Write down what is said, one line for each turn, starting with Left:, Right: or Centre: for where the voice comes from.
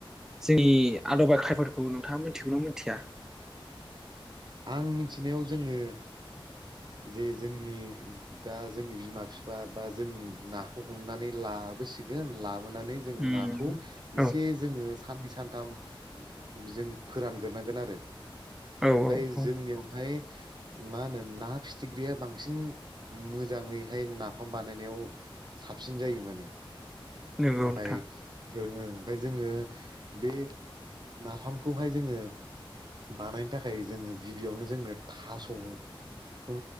Centre: जोंनि आदबा खायाफोरखौ नोंथाङा मिथिगौनो मिथिया?
Right: आं मिथिनायाव जोङो जे जोंनि दा जोंनि बिमा बिफा बा जों नाखौ हमनानै लाबोसिगोन लाब‌ <unintelligible> जोङो
Centre: उम
Right: नाखौ
Centre: औ
Right: एसे जोङो खाननै सानथाम जों फोरानग्रोनांगोन आरो
Centre: औ
Right: फाय
Centre: औ औ
Right: जोंनियावहाय मा होनो ना फिथिख्रिया बांसिन मोजाङैहाय नाफाम बानायनायाव साबसिन जायो माने
Centre: नंगौ
Right: ओमफाय
Centre: नोंथां
Right: ओ ओं ओमफ्राय जोङो बे नाफामखौहाय जोङो बानायनो थाख खाय जोङो गिबियावनो जोंनो थास'खौ